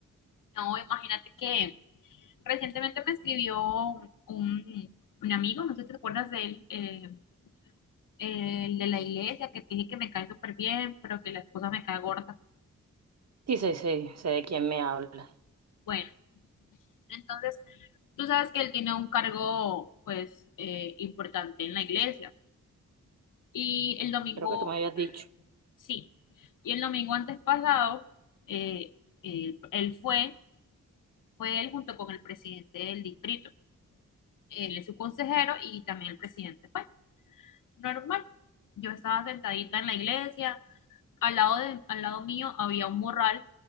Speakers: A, on the left; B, on the right.
A: No, imagínate que recientemente me escribió un, un amigo, no sé si te acuerdas de él, eh, el de la iglesia, que te dije que me cae súper bien, pero que la esposa me cae gorda.
B: Sí, sí, sí, sé de quién me habla.
A: Bueno, entonces tú sabes que él tiene un cargo, pues, eh, importante en la iglesia. Y el domingo
B: Creo que tú me habías dicho.
A: Sí, y el domingo antes pasado, eh, él, él fue, fue él junto con el presidente del distrito. Él es su consejero y también el presidente fue. Normal. Yo estaba sentadita en la iglesia, al lado de, al lado mío había un morral,